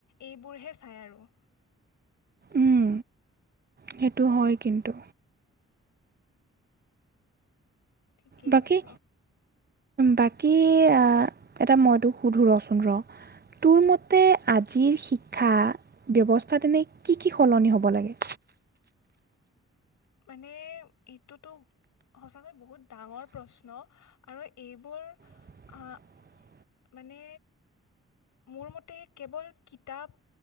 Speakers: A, on the left; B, on the right.
A: এইবোৰহে চাই আৰু।
B: উম, সেইটো হয় কিন্তু।
A: ঠিকেই
B: বাকী,
A: কৈছ
B: বাকী আ এটা মইতোক সুধো ৰচোন ৰ। তোৰ মতে আজিৰ শিক্ষা ব্যৱস্থা তেনে কি, কি সলনি হ'ব লাগে?
A: মানে এইটোতো সঁচাকৈ বহুত ডাঙৰ প্ৰশ্ন আৰু এইবোৰ
B: <inaudible>
A: আহ, মানে? মোৰ মতে কেৱল কিতাপ